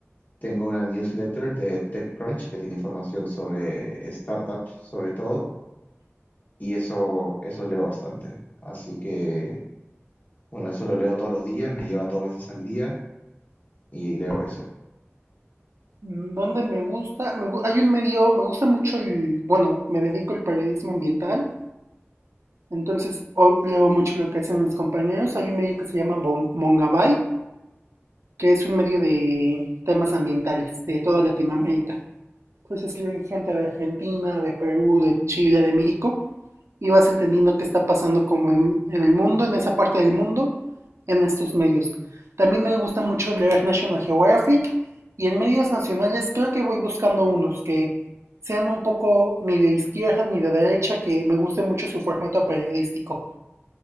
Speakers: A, on the left; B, on the right.
A: tengo una newsletter de TechCrunch que tiene información sobre startups, sobre todo y eso, eso leo bastante. Así que, bueno, eso lo leo todos los días, me lleva dos veces al día y leo eso.
B: dónde me gusta, me gu- hay un medio, me gusta mucho el, bueno, me dedico al periodismo ambiental, entonces hoy leo mucho lo que hacen mis compañeros. Hay un medio que se llama Mon- Mongabay, que es un medio de temas ambientales de toda Latinoamérica. Entonces escriben gente de Argentina, de Perú, de Chile, de México, y vas entendiendo qué está pasando como en, en el mundo, en esa parte del mundo, en estos medios. También me gusta mucho leer National Geographic y en medios nacionales creo que voy buscando unos que sean un poco ni de izquierda ni de derecha, que me guste mucho su formato periodístico.